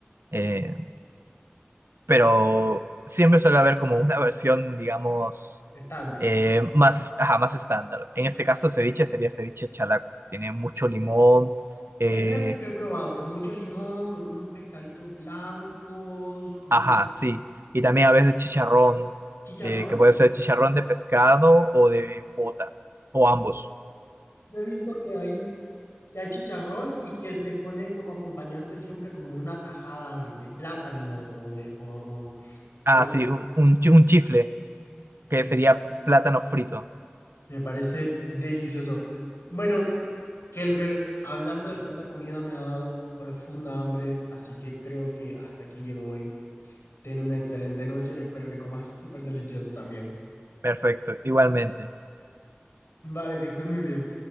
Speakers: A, on the right; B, on the left.
A: eh, pero siempre suele haber como una versión, digamos,
B: estándar.
A: eh, más, est- ajá, más estándar. En este caso, ceviche sería ceviche chalaco. Tiene mucho limón, eh,
B: Ese es el que yo he probado, con mucho limón, con unos pescaditos blancos, como
A: Ajá,
B: una
A: sí. Y también a veces chicharrón,
B: chicharrón.
A: eh, que puede ser chicharrón de pescado o de pota, o ambos.
B: Yo he visto que hay, que hay chicharrón y que se pone como acompañante siempre como una tajada de, de plátano o de o, o-
A: Ah,
B: o algo.
A: sí, un, un, chi- un chifle, que sería
B: así.
A: plátano frito.
B: Me parece delicioso. Bueno, Kelber, hablando de tanta comida me ha dado profunda hambre, así que creo que hasta aquí llegó hoy. Ten una excelente noche y espero que comas súper delicioso también.
A: Perfecto, igualmente.
B: Vale, que estés muy bien.